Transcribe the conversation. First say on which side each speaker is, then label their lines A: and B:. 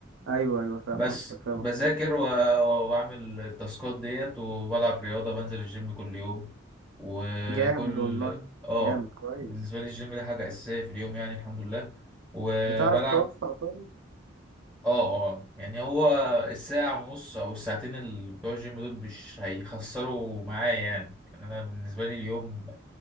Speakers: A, on the right; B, in the centre.
A: ايوه ايوه فاهم
B: بس
A: قصدك فاهم
B: بذاكر
A: قصدك
B: و... و- واعمل التاسكات ديت وبلعب رياضة بنزل الجيم كل يوم وكل
A: جامد والله
B: اه
A: جامد كويس
B: بالنسبة لي الجيم ده حاجة أساسية في اليوم يعني الحمد لله وبلعب
A: بتعرف توفق طيب
B: اه اه يعني هو الساعة ونص أو الساعتين اللي بتوع الجيم دول مش هيخسروا معايا يعني يعني أنا بالنسبة لي اليوم